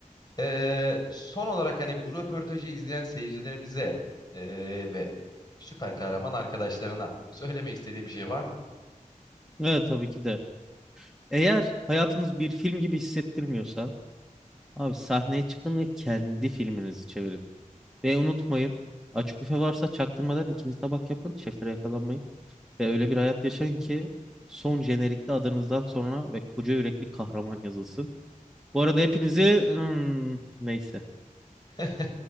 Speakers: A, on the left; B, in the centre.
A: Ee, son olarak hani bu röportajı izleyen seyircilerimize ee, ve süper kahraman arkadaşlarına söylemek istediğim bir şey var mı?
B: Evet tabii ki de. Eğer hayatınız bir film gibi hissettirmiyorsa abi sahneye çıkın ve kendi filminizi çevirin. Ve unutmayın açık büfe varsa çaktırmadan ikinci tabak yapın. Şeflere yakalanmayın. Ve öyle bir hayat yaşayın ki son jenerikte adınızdan sonra ve koca yürekli kahraman yazılsın. Bu arada hepinizi hmm, neyse.
A: <laughs>